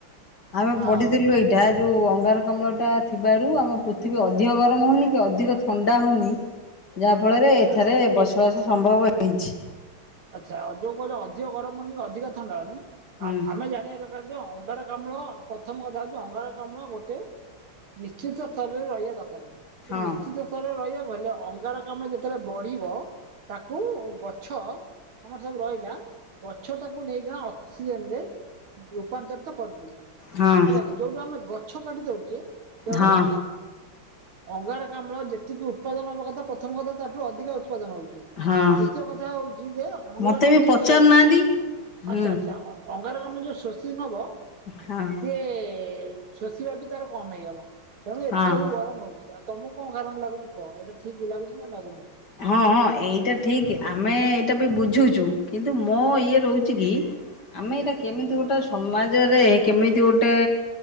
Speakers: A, on the left; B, on the right.
A: ଆମେ
B: ହଁ
A: ପଢିଥିଲୁ ଏଇଟା ଯୋଉ ଅଙ୍ଗାର- କ୍ଲାମଟା ଥିବାରୁ ଆମ ପୃଥିବୀ ଅଧିକ ଗରମ ହଉନି କି ଅଧିକ ଥଣ୍ଡା ହଉନି। ଯାହା ଫଳରେ
B: ଆଚ୍ଛା
A: ଏଠାରେ ବସବାସ
B: ଏଇଠି
A: ସମ୍ଭବ ପାଇଛି
B: ଆଚ୍ଛା ଯୋଉ କହିଲ ଅଧିକ ଗରମ ହଉ କି ଅଧିକ ଥଣ୍ଡା ହଉନି।
A: ହୁଁ
B: ଆ ଆମେ ଜାଣିବା ଦରକାର ଯେ ଅ- ଅଙ୍ଗାରକାମ୍ଲ ପ୍ରଥମ କଥା ହଉଛି ଅଙ୍ଗାରକାମ୍ଲ ଗୋଟେ ନିଶ୍ଚିତ ସ୍ତରରେ ରହିବା ଦରକାର। ସେ
A: ହଁ
B: ନିଶ୍ଚିତ ସ୍ଥରରେ ରହିବା କହିଲେ ଅଙ୍ଗାରକାମ୍ଲ ଯେତେବେଳେ ବଢିବ ତାକୁ ଗଛ- ଆମର ସବୁ ରହିଲା ଗ- ଗଛ ତାକୁ ନେଇକି ନା ଅକ୍ସିଜେନରେ ରୂପାନ୍ତରିତ କରନ୍ତି।
A: ହଁ
B: ହେଲା କିି ଯୋଉଠୁ ଆମେ ଗଛ- ଗଛ କାଟିି ଦଉଚେ ତେଣୁ
A: ହଁ
B: ଅଙ୍ଗାରକାମ୍ଳ ଯେତିକି ଉତ୍ପାଦନ ହବା କଥା ପ୍ରଥମ କଥା ତାଠୁ ଅଧିକା ଉତ୍ ଉତ୍ପାଦନ ହଉଛି
A: ହଁ।
B: ଦ୍ୱିତୀୟ କଥା ହଉଛି- <unintelligible> ଅଙ୍ଗାରକାମ୍ଲ
A: ମୋତେ ବି ପଚାରୁନାହାନ୍ତି।
B: ଯୋଉ ଶୋଇ
A: ହୁଁ
B: ଆଚ୍ଛା ଆଚ୍ଛା ହଁ ଅଙ୍ଗାରକାମ୍ଲ ଯୋଉ ଶୋଷି ନବ
A: ହଁ
B: ସିଏ <unintelligible> ଶୋଷିବା ବି ତାର କମ ହେଇଗଲା। ତେଣୁ ଏଥି
A: ହଁ।
B: ଯୋଗୁଁ ଗରମ ହଉଛି। ଆଉ ତମକୁ କଣ କାରଣ ଲାଗୁଛି କହ ଏଇଟା ଠିକ ଲାଗୁଛି ନା ଲାଗୁନି?
A: ହଁ ହଁ ଏଇଟା ଠିକ ଆମେ ଏଇଟା ବି ବୁଝୁଛୁ କିନ୍ତୁ ମୋ ଇଏ ରହୁଛି କି ଆମେ ଏଇଟା କେମିତି ଗୋଟେ ସମାଜରେ କେମିତି ଗୋଟେ